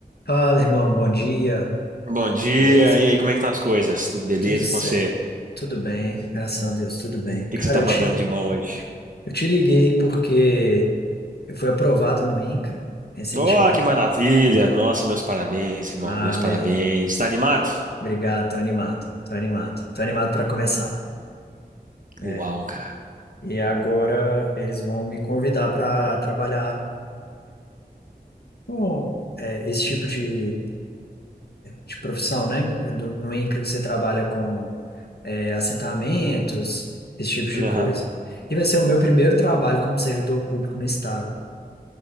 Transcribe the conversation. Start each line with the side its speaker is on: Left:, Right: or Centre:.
Left: Fala, irmão, bom dia,
Right: Bom dia,
Left: beleza?
Right: e aí, como é que estão as coisas? Tudo beleza
Left: Tudo certo,
Right: e com você? O
Left: tudo bem, graças a Deus, tudo bem.
Right: que
Left: Cara,
Right: que você tá
Left: eu
Right: mandando
Left: te,
Right: de bom hoje?
Left: eu te liguei porque eu fui aprovado no INCRA recentemente.
Right: Oh, que maravilha! Nossa, meus parabéns, irmão,
Left: Ah,
Right: meus parabéns.
Left: beleza.
Right: Tá animado?
Left: Obrigado, tô animado, tô animado, tô animado para começar. É.
Right: Uau, cara.
Left: E agora eles vão me convidar para trabalhar com é, esse tipo de, de profissão, né? Do- no INCRA você trabalha com é, assentamentos, esse tipo de
Right: Aham.
Left: coisa. E vai ser o meu primeiro trabalho como servidor público no estado.